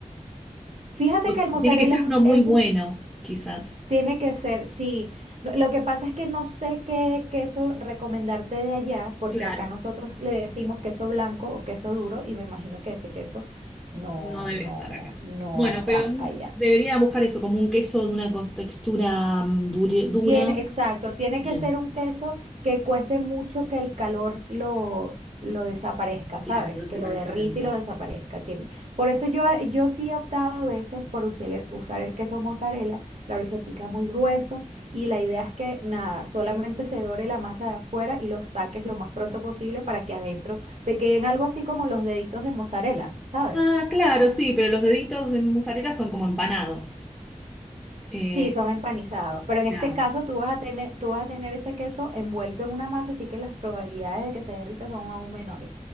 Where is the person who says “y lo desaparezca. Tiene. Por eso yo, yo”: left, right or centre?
Right